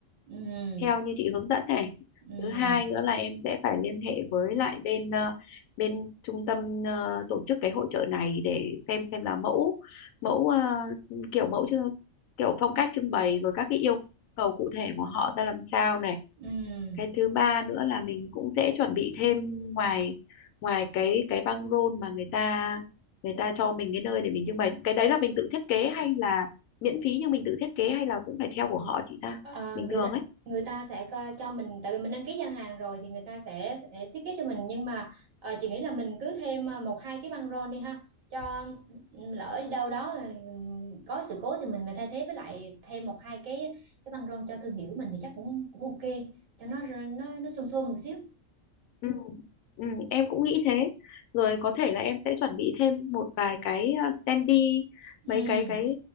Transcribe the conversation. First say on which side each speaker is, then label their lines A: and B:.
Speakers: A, on the right; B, on the left.
A: ừ
B: theo như chị hướng dẫn này.
A: Ừ,
B: Thứ hai nữa là em sẽ phải liên hệ với lại bên ờ, bên trung tâm ờ, tổ chức cái hội chợ này để xem xem là mẫu mẫu ờ, kiểu mẫu chứ kiểu phong cách trưng bày rồi các cái yêu cầu cụ thể của họ ra làm sao này
A: ừ.
B: cái thứ ba nữa là mình cũng sẽ chuẩn bị thêm ngoài ngoài cái cái băng rôn mà người ta người ta cho mình cái nơi để mình trưng bày cái đấy là mình tự thiết kế hay là miễn phí nhưng mình tự thiết kế hay là cũng phải theo của họ chị ta
A: Ờ,
B: bình
A: người
B: thường
A: ta
B: ấy
A: người ta sẽ coi cho mình tại vì mình đăng ký gian hàng rồi thì người ta sẽ sẽ thiết kế cho mình nhưng mà ờ, chị nghĩ là mình cứ thêm ờ, một hai cái băng rôn đi ha cho ừ, lỡ đi đâu đó ừ, có sự cố thì mình mình thay thế với lại thêm một hai cái cái băng rôn cho thương hiệu mình thì chắc cũng cũng ok cho nó nó nó xôm xôm một xíu
B: ừ. Ừ, em cũng nghĩ thế rồi có thể là em sẽ chuẩn bị thêm một vài cái ờ, standee
A: ừ,
B: mấy cái cái